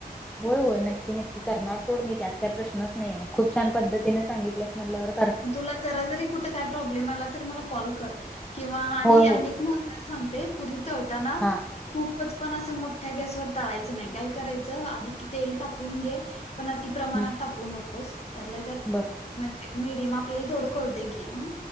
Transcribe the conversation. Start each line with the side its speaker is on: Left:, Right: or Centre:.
Centre: होय होय नक्की नक्की करणार सोड म त्यात काही प्रश्नच नाहीे खूप छान पद्धतीने सांगितल्यास म्हटल्यावर
Left: तुला जरा जरी कुठे काय प्रॉब्लेम आला तरी मला कॉल कर. किंवा आणि
Centre: होय
Left: अनेक
Centre: होय
Left: महत्वाच सांगते पुरी तळताना.
Centre: हा
Left: खूपच पण असं मोठ्या गॅसवर टळायचं नाही काय करायचं आधी क तेल तापवून घे पण अति प्रमाणात
Centre: हम्म
Left: तापवू नकोस त्यातला त्यात
Centre: बर
Left: म्हणजे मीडियम आपल्याला थोडं क होतं की ह